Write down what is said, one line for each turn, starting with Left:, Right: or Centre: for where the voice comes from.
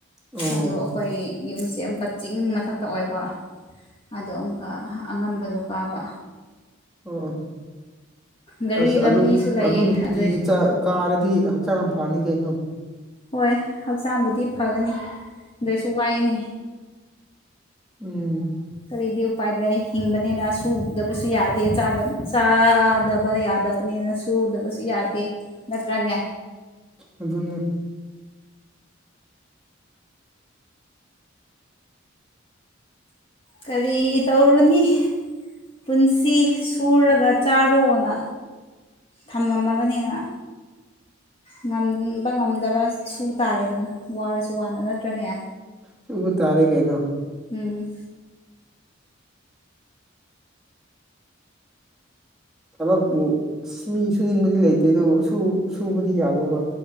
Centre: ꯑꯣ
Left: ꯑꯗꯣ ꯑꯩꯈꯣꯏ ꯌꯨꯝꯁꯦ ꯑꯃꯨꯛꯀ ꯆꯤꯡ ꯃꯊꯛꯇ ꯑꯣꯏꯕ ꯑꯗꯣ ꯑꯃꯨꯛꯀ ꯑꯉꯝꯕꯗꯣ ꯀꯥꯕ
Centre: ꯑꯣ
Left: ꯒꯥꯔꯤ
Centre: ꯑꯁ
Left: ꯂꯝꯕꯤꯁꯨ
Centre: ꯑꯗꯨ
Left: ꯂꯩꯌꯦ
Centre: ꯑꯗꯨ ꯅꯨꯡꯇꯤꯒꯤ
Left: ꯑꯗꯨꯏ
Centre: ꯆꯥꯛ ꯀꯥꯔꯗꯤ ꯍꯛꯆꯥꯡ ꯌꯥꯝ ꯐꯅꯤ ꯀꯩꯅꯣ
Left: ꯍꯣꯏ ꯍꯛꯆꯥꯡꯕꯨꯗꯤ ꯐꯒꯅꯤ ꯑꯗꯨꯏꯁꯨ ꯋꯥꯏꯅꯦ
Centre: ꯎꯝ
Left: ꯀꯔꯤꯗꯤ ꯎꯄꯥꯏ ꯂꯩ ꯍꯤꯡꯕꯅꯤꯅ ꯁꯨꯗꯕꯁꯨ ꯌꯥꯗꯦ ꯆꯥꯗꯕ ꯕꯅꯤꯅ ꯁꯨꯗꯕꯁꯨ ꯌꯥꯗꯦ ꯅꯠꯇ꯭ꯔꯅꯦ
Centre: ꯑꯗꯨ ꯑꯗꯨꯅꯤ
Left: ꯀꯔꯤ ꯇꯧꯔꯨꯅꯤ ꯄꯨꯟꯁꯤ ꯁꯨꯔꯒ ꯆꯥꯔꯣꯅ ꯊꯝꯃꯝꯃꯕꯅꯤꯅ ꯉꯝꯕ ꯉꯝꯗꯕ ꯁꯨ ꯇꯥꯔꯦꯗꯅ ꯋꯥꯔꯁꯨ ꯋꯥꯅ ꯅꯠꯇ꯭ꯔꯅꯦ
Centre: ꯁꯨꯕꯥ ꯇꯥꯔꯦ ꯀꯩꯅꯣ
Left: ꯎꯝ
Centre: ꯊꯕꯛꯄꯨ ꯑꯁ ꯃꯤ ꯁꯨꯅꯤꯡꯕꯗꯤ ꯂꯩꯇꯦ ꯑꯗꯨꯕꯨ ꯁꯨ ꯁꯨꯕꯗꯤ ꯌꯥꯕꯔ꯭ꯕ